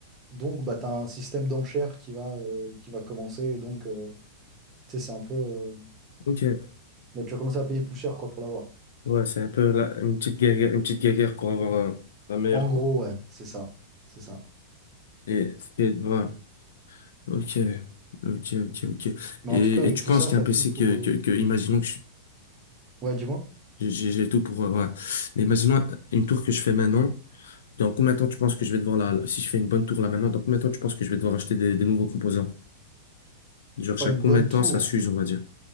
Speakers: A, on the right; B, on the left.
A: Donc, bah, tu as un système d'enchères qui va, euh, qui va commencer. Et donc, euh, tu sais, c'est un peu. euh,
B: Ok.
A: bah, tu vas commencer à payer plus cher quoi, pour l'avoir.
B: Ouais, c'est un peu la- une petite guerre, une petite guerre pour avoir euh, la meilleure,
A: En
B: quoi.
A: gros, ouais, c'est ça. C'est ça.
B: Et, et ouais. Ok, ok, ok, ok.
A: Mais
B: Et,
A: en tout cas, avec
B: et tu
A: tout
B: penses
A: ça,
B: qu'un
A: tu as
B: PC
A: tout pour.
B: que,
A: euh,
B: que, que- imaginons que je-
A: Ouais, dis-moi.
B: j'ai j'ai tout pour, euh, ouais. Mais imaginons un- une tour que je fais maintenant. Dans combien de temps tu penses que je vais devoir la, si je fais une bonne tour là maintenant, dans combien de temps tu penses que je vais devoir acheter des, des nouveaux composants? Genre chaque
A: Ouais, une
B: combien
A: bonne
B: de
A: tour.
B: temps ça s'use, on va dire.